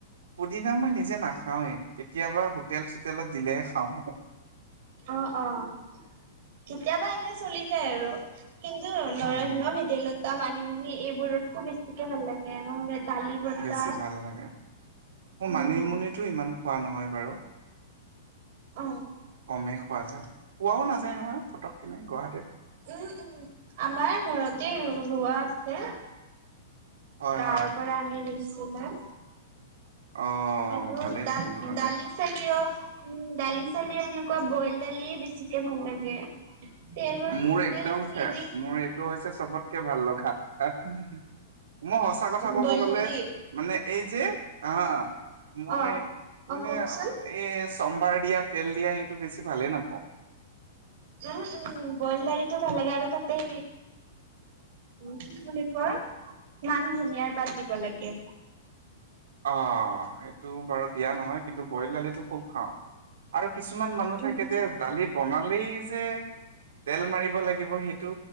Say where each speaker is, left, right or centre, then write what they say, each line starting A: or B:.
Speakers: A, on the right; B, on the right.
A: পুদিনা মই নিজে নাখাওৱে কেতিয়াবা। তেল চোতেলত দিলেহে খাওঁ।
B: অ', অ' কেতিয়াবা এনে চলি যায় আৰু। কিন্তু নৰসিংহ
A: উম
B: ভেদাইলতা মানি মেলি এইবোৰতটো বেছিকে ভাল লাগে নহলে। দালি বতা
A: বেছি ভাল লাগে ম
B: উম
A: মানিমুনিতো ইমান খোৱা নহয় বাৰু।
B: অ'।
A: কমেই খোৱা যায় পোৱাও নাযায় নহয় ফটক খিনি গুৱাহাটীত।
B: উম, উম আমাৰ ঘৰতে ৰ ৰোৱাা আছে।
A: হয়
B: গাঁৱৰ
A: হয়
B: পৰা আনি ৰুইছিলে।
A: অ
B: আৰু
A: ভালেই
B: ডাল
A: দেখোন নহ'লে
B: ডালি চি উম দালি চালি এনেকুৱা বইল দালিয় বেছিকে ভাল লাগে। তেল
A: মোৰ একদমে
B: তেল চেলেদি
A: মোৰ এইটো হৈছে চবতকে ভাল লগা। মই সচা কথা কব
B: বইল
A: গলে,
B: দালি
A: মানে এই যে, আহ। মই
B: অ অ
A: মানে,
B: কওকচোন
A: এই চম্ভাৰ দিয়া তেল দিয়া সেইটো বেছি ভালে নাপাওঁ।
B: উম উম, বইল দাৰিটোো ভাল লাগে আৰু তাতে কি বুলি কয়, মান ধুনিয়াৰ পাত দিব লাগে।
A: অ'। টো বাৰু দিয়া নহয় কিন্তু বইল দালিটো খুব খাওঁ, আৰু কিছুমান মানুহ
B: উম
A: থাকে যে দালি বনালেই যে, তেল মাৰিব লাগিব সেইটো